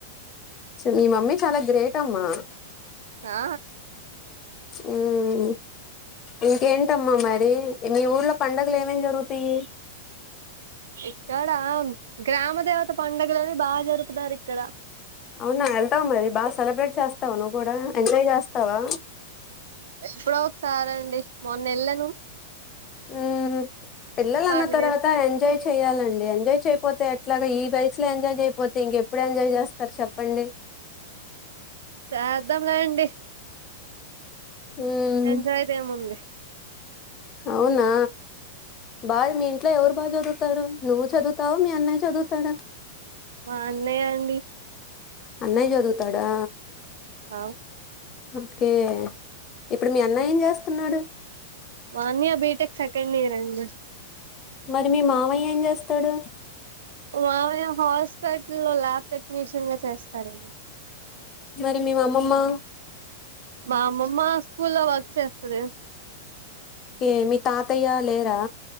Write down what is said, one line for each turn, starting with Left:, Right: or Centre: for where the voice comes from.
Left: మీ మమ్మీ చాలా గ్రేట్ అమ్మా
Right: ఆ
Left: ఉమ్ ఇంకేంటమ్మా మరి మీ ఊర్లో పండుగలు ఏమేం జరుగుతాయి
Right: ఇక్కడ గ్రామ దేవత పండుగలని బాగా జరుపుతారు ఇక్కడ
Left: అవునా వెళ్తావ మరి బాగా సెలబ్రేట్ చేస్తావా నువ్వు కూడా ఎంజాయ్ చేస్తావా
Right: ఎప్పుడో ఒకసారండి మొన్న ఎల్లాను
Left: ఊ పిల్లలన్న
Right: పర్లేదు
Left: తర్వాత ఎంజాయ్ చే చెయాలండి ఎంజాయ్ చేయకపోతే ఎట్లాగా ఈ వయసులో ఎంజాయ్ చేయకపోతే ఇంకెప్పుడు ఎంజాయ్ చేస్తారు చెప్పండి
Right: చేద్దాం లె అండి
Left: మ్మ్
Right: ఎంజాయ్ ది ఏముంది
Left: అవునా బాగా మీ ఇంట్లో ఎవరు బాగా చదువుతారు నువ్వు చదువుతావ మీ అన్నయ్య చదువుతాడా
Right: <inaudible> అన్నయ అండి
Left: అన్నయ చదువుతాడా
Right: ఆ
Left: ఒకే ఇప్పుడు మీ అన్నయ ఏం చేస్తున్నాడు
Right: మా అన్నయ బిటెక్ సెకండ్ ఇయర్ అండి
Left: మరి మీ మామాయ్య ఏం చేస్తాడు
Right: మామయ్య హాస్పిటల్ లో ల్యాబ్ టెక్నీషియన్ గా చేస్తారండి
Left: మరి మీ అమ్మమ్మ
Right: మా అమ్మమ్మ స్కూల్ లో వర్క్ చేస్తాది
Left: ఏ మీ తాతయ్య లేరా